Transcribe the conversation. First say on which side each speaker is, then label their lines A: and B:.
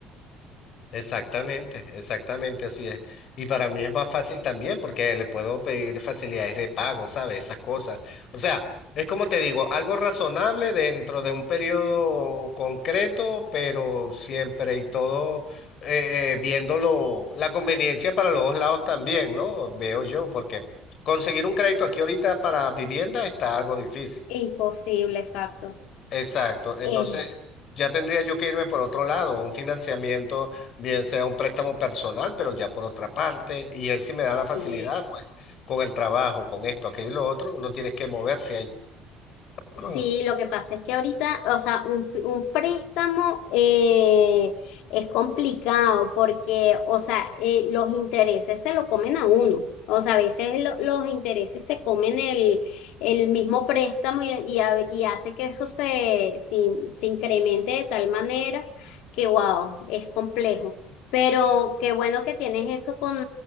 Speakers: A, on the left; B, on the left.
A: Exactamente, exactamente así es. Y para mí es más fácil también porque le puedo pedir facilidades de pago, ¿sabes? Esas cosas. O sea, es como te digo, algo razonable dentro de un periodo concreto, pero siempre y todo eh, eh, viéndolo, la conveniencia para los dos lados también, ¿no? Veo yo, porque conseguir un crédito aquí ahorita para vivienda está algo difícil.
B: Imposible, exacto.
A: Exacto. Entonces,
B: Eh,
A: ya tendría yo que irme por otro lado, un financiamiento, bien sea un préstamo personal, pero ya por otra parte, y él sí me da la facilidad,
B: sí,
A: pues, con el trabajo, con esto, aquello y lo otro, uno tiene que moverse ahí.
B: Sí,
A: <clears throat>
B: lo que pasa es que ahorita, o sea, un, fi- un préstamo eh, es complicado porque, o sea, eh, los intereses se lo comen a uno. O sea, a veces lo- los intereses se comen el, el mismo préstamo y, y, a- y hace que eso se, se, se incremente de tal manera que, wow, es complejo. Pero qué bueno que tienes eso con,